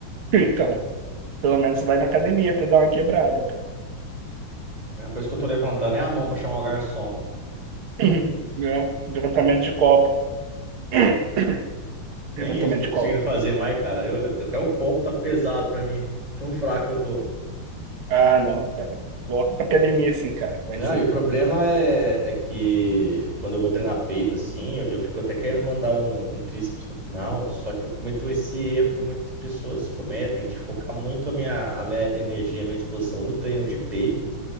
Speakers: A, on the right (about 90°); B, on the right (about 20°).
A: Então, pelo menos vai na academia pra dar uma quebrada, pô.
B: A única coisa que eu tô levantando é a mão pra chamar o garçom.
A: <laughs> Né? Levantamento de copo, <clears throat>
B: Nem
A: levantamento
B: isso eu tô
A: de
B: conseguindo
A: copo.
B: fazer mais, cara. Eu- até o copo tá pesado pra mim. <laughs> Tão fraco que eu tô.
A: Ah, não, cara. Volta pra academia sim, cara. Vai
B: Não,
A: sim.
B: e o problema é, é que quando eu vou treinar peito, assim, eu, eu fico até querendo mandar um, um tríceps no final, só que eu cometo esse erro que muitas pessoas cometem, de focar muito a minha, a minha energia, a minha disposição no treino de peito